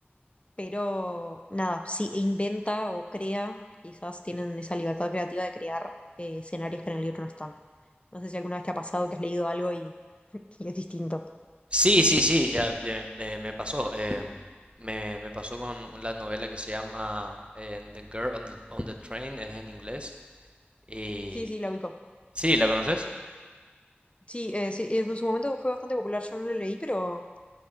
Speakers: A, on the left; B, on the right.
A: Pero nada, sí inventa o crea, quizás tienen esa libertad creativa de crear eh, escenarios que en el libro no están. No sé si alguna vez te ha pasado que has leído algo y, <laughs> y es distinto.
B: Sí, sí, sí, ya eh, me, me pasó. eh, me, me pasó con la novela que se llama eh, The Girl on the, on the Train, es en inglés. Y
A: Sí, sí, la ubico.
B: sí, ¿la conoces?
A: Sí, eh, sí, eh, en su momento fue bastante popular, yo no lo leí, pero...